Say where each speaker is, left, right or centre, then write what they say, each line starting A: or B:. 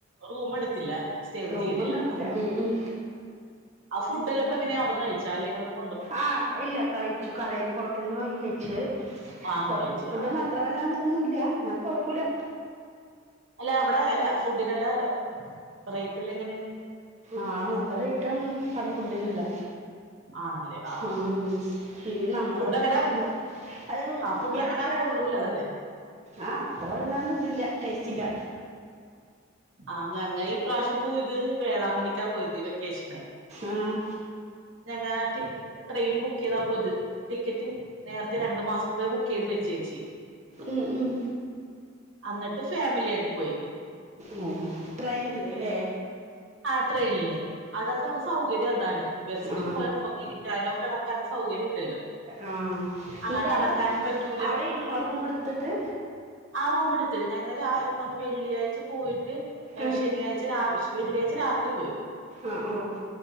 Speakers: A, on the right; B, on the right.
A: റൂമ എടുത്തില്ല സ്റ്റേ ഒന്നും
B: റൂമൊന്നും
A: ചെയ്തില്ല
B: എടുത്തില്ല ഉം, ഉം.
A: ആ ഫുഡ്ല്ലാം ഇപ്പങ്ങനെവിടെന്ന് കഴിച്ചാ അല്ലെ കൂടെ
B: ആഹ് ഇല്ല കഴിച്ചു കടയിൽന്ന് ഹോട്ടലന്ന് വാങ്ങി കഴിച്ചു
A: വാങ്ങി
B: ഹോട്ടൽ
A: കഴിച്ച്
B: ഫുഡന്നും
A: ആ
B: അ അത്ര വല്ലാണ്ട് ഇതൊന്നും ഇല്ല എന്നാലും കുഴപ്പുല്ല
A: അല്ല അവിടെ അല്ല ഫുഡിനല്ല റേറ്റ്ല്ലാം എങ്ങനെയ
B: ആഹ് നല്ല റേറ്റാണ് അടെ ഫുഡിനല്ല
A: ആണല്ലേ ആ ആ
B: ഉം
A: ആ
B: ഇന്ന നമ്മുടെ
A: ഫുഡ്
B: അവിടെന്നും
A: എങ്ങനെ
B: കൊഴപ്പല്ല അത്
A: ആ ഫുഡ്
B: യാത്ര
A: എങ്ങനെ കൊള്ളൂല അതല്ലേ
B: ആഹ് അത്ര വല്ലാണ്ട് ഇതില്ല ടേസ്റ്റ്ല്ല
A: ആഹ് ഞങ്ങ ഈ പ്രാവശ്യം പോയത് വേളാങ്കണിക്കാ പോയത് ഈ വെക്കേഷനെ
B: ആഹ്
A: ഞങ്ങാട്ടി ട്രെയിൻ ബുക്കയ്താപ്പ ഇത് ടിക്കറ്റും നേരത്തെ രണ്ടു മാസം മുമ്പേ ബുക്കയ്ത് വെച്ചേച്ചി
B: ഉം ഉം
A: അന്നിട്ട് ഫാമിലി ആയിട്ട് പോയി
B: ഓഹ് ട്രെയിൻന്ലേ
A: ആഹ് ട്രെയിൻല് അതാത് നമുക്ക് സൗകര്യം അതാണ് ബസ്സിന്
B: ആ
A: പോയാ നമുക്ക് ഇരിക്കാനോ കിടക്കാനോ സൗകര്യം ഇല്ലല്ലോ
B: ആഹ്
A: അങ്ങനെ
B: എന്നിട്ട് അവിടെ
A: നടക്കാനും പറ്റൂല
B: അവിടെ ഇരുന്ന റൂം എടുത്തിട്ട്
A: ആഹ് റൂം എടുത്ത് ഞങ്ങൾ രാ എന്താണ് വെള്ളിയാഴ്ച പോയിട്ട് ഏഹ്
B: ആ
A: ശനിയാഴ്ച രാവ്ഷ് വെള്ളിയാ ച്ച് രാത്രി പോയി
B: ആഹ് ഓഹ്